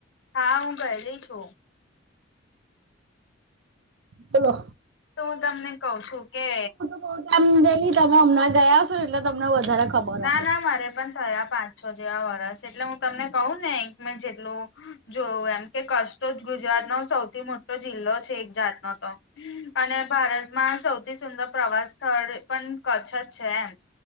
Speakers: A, on the left; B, on the right.
A: હા હું ગયલી છું
B: બોલો
A: તો હું તમને કઉ છું કે
B: <unintelligible> ગેલી તમે હમણાં ગયા છો એટલે તમને વધારે ખબર
A: ના
B: હશે
A: ના મારે પણ થયા પાંચ છો જેવા વરસ એટલે હું તમને કહું ને એક મે જેટલું જોવું એમ કે કચ તો ગુજરાતનો સૌથી મોટો જિલ્લો છે એક જાતનો તો અને ભારત માં સૌથી સુંદર પ્રવાસ સ્થળ પણ કચ્છ જ છે એમ